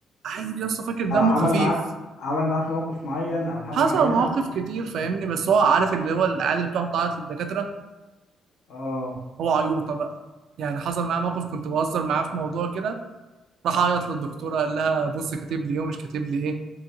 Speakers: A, on the right; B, on the left.
A: عيل يا اسطى فاكر دمه
B: عمل
A: خفيف
B: معاك عمل معاك موقف معين او حاجه
A: حصل
B: معينه
A: مواقف
B: ولا
A: كتير
B: أنت-
A: فاهمني بس هو عارف اللي هو العيال اللي بتقعد تعيط للدكاتره
B: اه
A: هو عيوطه بقى يعني حصل معاه موقف كنت بهزر معاه في موضوع كده راح عيط للدكتوره قال لها بص كاتب لي ايه ومش كاتب لي ايه